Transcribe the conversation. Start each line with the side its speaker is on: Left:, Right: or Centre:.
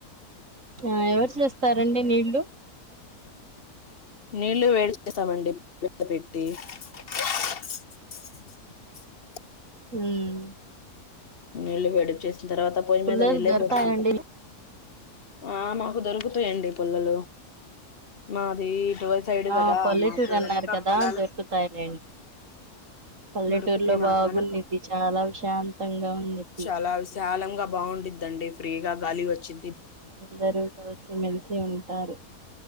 Right: ఆ ఎవరు చేస్తారండి నీళ్లు
Left: నీళ్లు వేడి చేసామండి <inaudible> పెట్టి <unintelligible>
Right: ఉమ్
Left: నీళ్లు వేడి చేసిన తర్వాత పొయి
Right: పుల్లలు
Left: మీద నీళ్ళే
Right: దొరుకుతాయండి
Left: పోతుంట ఆ మాకు దొరుకుతాయండి పుల్లలు మాది రోడ్ సైడ్
Right: ఆ
Left: కదా
Right: పల్లెటూరు
Left: మాకు
Right: అన్నారు
Left: వెనక
Right: కదా
Left: పొలాలు
Right: దొరుకుతాయిలేండి పల్లెటూరులో
Left: దొరుకుతాయి మాగాన
Right: బాగుండిద్ది చాలా ప్రశాంతంగా ఉండిద్ది
Left: చాలా విశాలంగా బాగుండి ద్దండి ఫ్రీగ గాలి వచ్చి
Right: అందరూ కలిసిమెలిసి ఉంటారు.